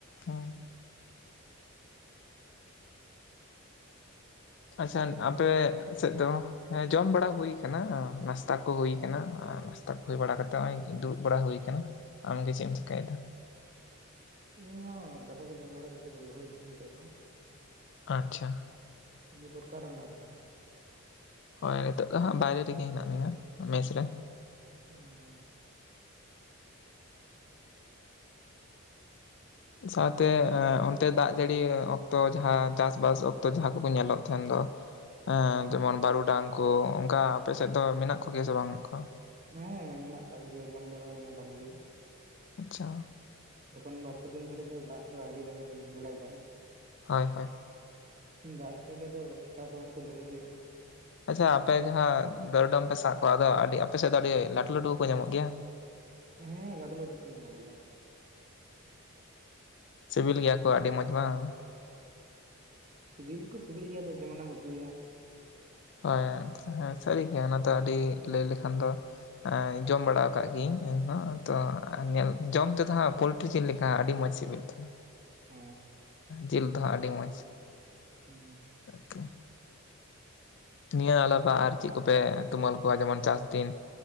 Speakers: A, on the left (about 55°); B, on the right (about 35°).
A: ᱩᱸ <inaudible> ᱟᱪᱪᱷᱟᱱ
B: ᱫᱤᱭᱮᱯᱚᱨ ᱫᱟᱠᱟ
A: ᱟᱯᱮ
B: ᱠᱚᱵᱤᱱ ᱡᱚᱢ ᱠᱮᱫᱟ?
A: ᱥᱮᱫ ᱛᱮ ᱦᱚᱸ ᱦᱮᱸ ᱡᱚᱢ ᱵᱟᱲᱟ ᱦᱩᱭ ᱠᱟᱱᱟ ᱱᱟᱥᱛᱟ ᱠᱚ ᱦᱩᱭ ᱠᱟᱱᱟ ᱟᱨ ᱱᱟᱥᱛᱟ ᱠᱚ ᱦᱩᱭ ᱵᱟᱲᱟ ᱠᱟᱛᱮ ᱱᱚᱜ ᱚᱭ ᱫᱩᱲᱩᱵ ᱵᱟᱲᱟ ᱦᱩᱭ ᱠᱟᱱᱟ ᱟᱢᱜᱮ ᱪᱮᱫ ᱮᱢ ᱪᱮᱠᱟᱭᱫᱟ
B: ᱤᱧ ᱦᱚᱸ ᱫᱟᱠᱟ ᱠᱚ ᱡᱚᱢ ᱵᱟᱲᱟ ᱠᱟᱛᱮ ᱫᱩᱲᱩᱵ ᱦᱩᱭ ᱠᱟᱱᱟ ᱱᱤᱛᱚᱜ ᱫᱚ
A: ᱟᱪᱪᱷᱟ
B: ᱫᱤᱯᱚᱨ ᱚᱠᱟ ᱨᱮ ᱢᱮᱱᱟᱜ ᱵᱤᱱᱟ
A: ᱦᱳᱭ ᱱᱤᱛᱚᱜ ᱫᱚ ᱦᱟᱸᱜ ᱵᱟᱭᱨᱮ ᱨᱮᱜᱮ ᱦᱮᱱᱟᱜ ᱞᱤᱧᱟ ᱢᱮᱥ ᱨᱮ
B: <inaudible>
A: ᱥᱟᱶᱛᱮ ᱮ <unintelligible> ᱚᱱᱛᱮ ᱫᱟᱜ ᱡᱟᱹᱲᱤ ᱚᱠᱛᱚ ᱡᱟᱦᱟᱸ ᱪᱟᱥᱵᱟᱥ ᱚᱠᱛᱚ ᱡᱟᱦᱟᱸ ᱠᱚᱠᱚ ᱧᱮᱞᱚᱜ ᱛᱟᱦᱮᱱ ᱫᱚ ᱮᱸ ᱡᱮᱢᱚᱱ ᱵᱟᱹᱨᱩᱰᱟᱝ ᱠᱚ ᱚᱱᱠᱟ ᱟᱯᱮ ᱥᱮᱫ ᱫᱚ ᱢᱮᱱᱟᱜ ᱠᱚᱜᱮᱭᱟ ᱥᱮ ᱵᱟᱹᱱᱩᱜ ᱠᱚᱣᱟ
B: ᱦᱮᱸ ᱢᱮᱱᱟᱜ ᱠᱟᱜ ᱠᱚ ᱜᱮᱭᱟ ᱡᱚᱢ ᱵᱟᱲᱟ ᱦᱩᱭᱱᱟ ᱵᱟᱞᱤ ᱜᱮ
A: ᱟᱪᱪᱷᱟ
B: ᱮᱠᱷᱚᱱ ᱵᱟᱨ ᱯᱮ ᱫᱤᱱ ᱫᱷᱚᱨᱮ ᱫᱚ ᱫᱟᱜ ᱫᱚ ᱟᱹᱰᱤ ᱡᱟᱭᱜᱟ <unintelligible> ᱨᱮ ᱨᱤᱢᱤᱞ ᱵᱟᱲᱟᱭᱫᱟᱭ
A: ᱦᱳᱭ ᱦᱳᱭ
B: ᱫᱟᱜ ᱞᱮᱠᱷᱟᱡ ᱜᱮ ᱟᱫᱚ ᱪᱟᱥ ᱵᱟᱥ ᱠᱚ ᱫᱷᱩᱨᱟᱣ ᱦᱩᱭᱩᱜᱼᱟ
A: ᱟᱪᱪᱷᱟ ᱟᱯᱮ ᱡᱟᱦᱟᱸ ᱫᱚᱨᱰᱚᱢ ᱯᱮ ᱥᱟᱵ ᱠᱚᱣᱟ ᱟᱫᱚ ᱟᱹᱰᱤ ᱟᱯᱮ ᱥᱮᱫ ᱫᱚ ᱟᱹᱰᱤ ᱞᱟᱹᱴᱩ ᱞᱟᱹᱴᱩ ᱠᱚ ᱧᱟᱢᱚᱜ ᱜᱮᱭᱟ
B: ᱦᱮᱸ ᱞᱟᱹᱴᱩ ᱞᱟᱹᱴᱩ ᱠᱚ ᱧᱟᱢᱚᱜ ᱜᱮᱭᱟ
A: ᱥᱤᱵᱤᱞ ᱜᱮᱭᱟ ᱠᱚ ᱟᱹᱰᱤ ᱢᱚᱸᱡᱽ ᱵᱟᱝ
B: ᱥᱤᱵᱤᱞ ᱫᱚᱠᱚ ᱥᱤᱵᱤᱞ ᱜᱮᱭᱟ ᱟᱫᱚ ᱡᱮᱢᱚᱱᱮᱢ ᱩᱛᱩᱭᱟ
A: ᱦᱳᱭ ᱟᱪᱪᱷᱟ ᱦᱮᱸ ᱥᱟᱹᱨᱤ ᱜᱮᱭᱟ ᱚᱱᱟ ᱫᱚ ᱟᱹᱰᱤ ᱞᱟᱹᱭ ᱞᱮᱠᱷᱟᱱ ᱫᱚ ᱡᱚᱢ ᱵᱟᱲᱟ ᱟᱠᱟᱫ ᱜᱤᱭᱟᱹᱧ ᱤᱧᱦᱚᱸ ᱛᱚ ᱧᱮᱞ ᱡᱚᱢ ᱛᱮᱫᱚ ᱦᱟᱸᱜ ᱯᱳᱞᱴᱨᱤ ᱡᱤᱞ ᱞᱮᱠᱟ ᱟᱹᱰᱤ ᱢᱚᱸᱡᱽ ᱥᱤᱵᱤᱞ ᱛᱟᱦᱮᱱᱟ
B: ᱦᱮᱸ
A: ᱡᱤᱞ ᱫᱚᱦᱟᱸᱜ ᱟᱹᱰᱤ ᱢᱚᱡᱽ
B: ᱦᱩᱸ
A: ᱟᱨᱠᱤ ᱱᱤᱭᱟᱹ ᱟᱞᱟᱯ ᱟᱨ ᱪᱮᱫ ᱠᱚᱯᱮ ᱛᱩᱢᱟᱹᱞ ᱠᱚᱣᱟ ᱡᱮᱢᱚᱱ ᱪᱟᱥ ᱫᱤᱱ